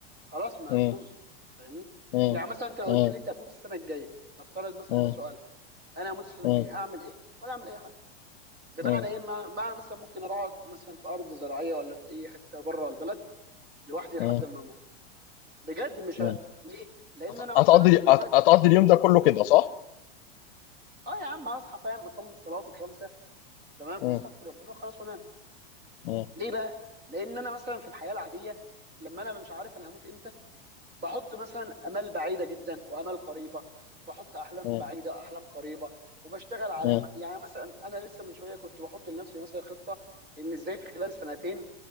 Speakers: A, on the right (about 30°); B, on the left (about 60°).
A: خلاص ما
B: مم.
A: طز فاهمني
B: مم.
A: يعني مثلا انت لو
B: مم.
A: قلت لي انت هتموت السنه الجايه نفترض مثلا
B: مم.
A: ده سؤالك انا هموت السنه
B: مم.
A: الجايه هعمل ايه ولا اعمل اي حاجه بمعنى
B: مم.
A: ايه مع... مع مثلا ممكن اروح اقعد مثلا في ارض زراعيه ولا في اي حته بره البلد لوحدي لحد
B: مم.
A: ما اموت بجد مش
B: مم.
A: ه... ليه لان
B: هت-
A: انا
B: هتقضي
A: مثلا دلوقتي
B: هت- هتقضي اليوم ده كله كده صح؟
A: اه يا عم هصحى فاهم اصلي الصلوات الخمسه تمام
B: مم.
A: واستغفر ربنا وخلاص وانام
B: مم.
A: ليه بقى؟ لان انا مثلا في الحياه العاديه لما انا مش عارف انا هموت امتى بحط مثلا امال بعيده جدا وامال قريبه وبحط احلام
B: مم.
A: بعيده احلام قريبه وبشتغل على
B: مم.
A: يعني مثلا انا لسه من شويه كنت بحط لنفسي مثلا خطه ان ازاي في خلال سنتين